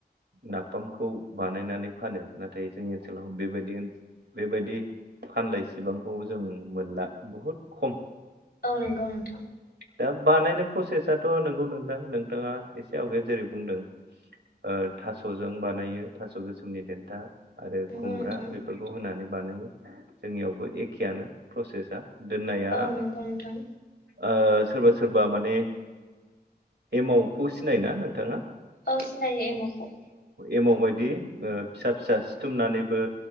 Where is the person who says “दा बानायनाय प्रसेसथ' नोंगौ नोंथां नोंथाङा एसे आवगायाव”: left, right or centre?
Right